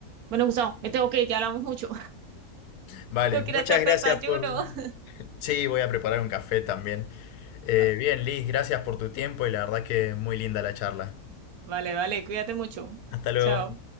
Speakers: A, on the right; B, on the left.
A: Bueno, Gustavo, me tengo que ir, ya hablamos mucho.
B: Vale,
A: <laughs> No
B: muchas
A: quiero hacer
B: gracias
A: desayuno.
B: por...
A: <laughs>
B: Sí, voy a preparar un café también. Eh,
A: Vale,
B: bien, Liz, gracias por tu tiempo y la verdad que muy linda la charla.
A: vale, vale, cuídate mucho.
B: Hasta luego.
A: Chao.